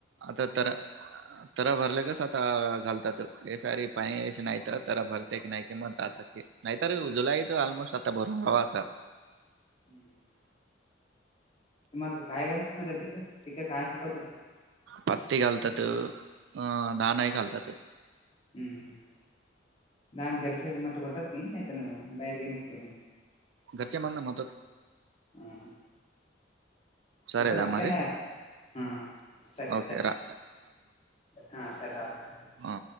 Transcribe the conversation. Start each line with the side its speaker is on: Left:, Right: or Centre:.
Right: आता तर तररा भरले कस आता घालतात हे सारी पाणी नाही तर तर भरते की नाही की म्हणतता <unintelligible> नाही तर जुलईत ऑलमोस्ट आता भर हवाचा <unintelligible>
Left: हम् तुम्हाला का काय घालतात ना अदीिक पिक काय पिकवतात <unintelligible>
Right: पत्ती घालतात अं दाणाही घालतात <unintelligible>
Left: हम् हम. द घरीच मट होतात की नाही बाहेर गेन तुम्ही <unintelligible>
Right: घरचे म्हणतात मतोद
Left: <unintelligible>
Right: सरे
Left: ईकड आख्यान
Right: दा मारे
Left: आहे आज. हां सर
Right: ओके
Left: सर
Right: रा
Left: हां सर राहता
Right: हा.